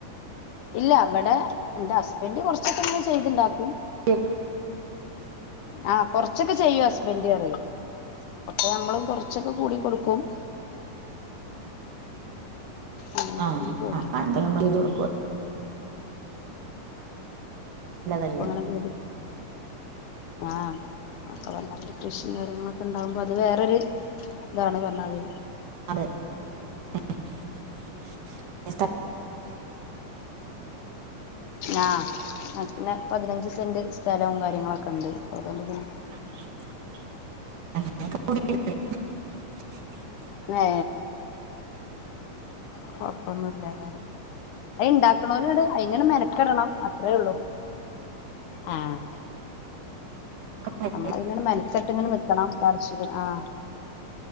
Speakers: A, on the left; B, on the right.
A: ഇല്ല അവിടെ എന്റെ ഹസ്ബന്റ് കൊർച്ചൊക്കെ ഇങ്ങനെ ചെയ്തുണ്ടാക്കും
B: ഏഹ്..
A: ആഹ് കൊറച്ചൊക്കെ ചെയ്യും ഹസ്ബന്റ് പറയേ പക്ഷെ നമ്മളും കുറച്ചൊക്കെ കൂടി കൊടുക്കും. അങ്ങനെയൊക്കെ
B: ആഹ്
A: അങ്ങനെ പോന്നു
B: ആഹ് കാലത്ത് <unintelligible> <unintelligible>
A: അങ്ങ്കൊണ്ട്. ആഹ് അക്കെ പറഞ്ഞാല് കൃഷിയും കാര്യങ്ങളൊക്കെ ഉണ്ടാവുമ്പോ അത് വേറൊരു ഇതാണ് പറഞ്ഞാല്
B: അതെ <unintelligible> അ
A: ആഹ് പിന്നെ പതിനഞ്ച് സെന്റ് സ്ഥലവും കാര്യങ്ങളൊക്കെ ഇണ്ട് അപ്പ അതുകൊണ്ട് പിന്നെ
B: <unintelligible>
A: ങേ കുഴപ്പൊന്നില്ല ലെ അത് ഇണ്ടാക്കണലോല്ട്അയിന് മെനക്കിടണം അത്രേ ഉള്ളു ആഹ്
B: പറ്റും
A: നമ്മളങ്ങനെ മെനക്കെട്ട് ഇങ്ങനെ നി കണം കാർഷികൻ ആഹ്